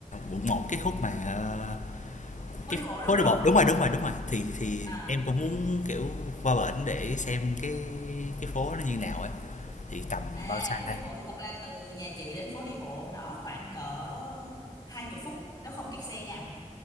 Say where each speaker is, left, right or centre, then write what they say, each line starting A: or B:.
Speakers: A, on the left; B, on the left.
A: quận một cái khúc mà ờ,
B: phố
A: cái
B: đi bộ đúng
A: phố
B: không
A: đi bộ đúng rồi, đúng rồi, đúng rồi. Thì thì
B: à
A: em cũng muốn kiểu qua bển để xem cái cái phố nó như nào ấy. Thì tầm
B: à
A: bao xa
B: phố
A: ta?
B: đi bộ thì thật ra từ nhà chị đến phố đi bộ nó khoảng cỡ hai chục phút nó không kẹt xe nha